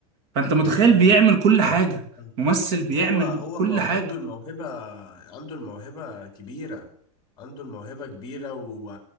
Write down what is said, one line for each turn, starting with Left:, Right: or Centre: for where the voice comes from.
Right: فانت متخيل
Left: ياه
Right: بيعمل كل
Left: صح
Right: حاجه
Left: صح.
Right: ممثل بيعمل
Left: هو هو
Right: كل
Left: مو
Right: حاجه
Left: عنده الموهبة عنده الموهبة كبيرة عنده الموهبة كبيرة و...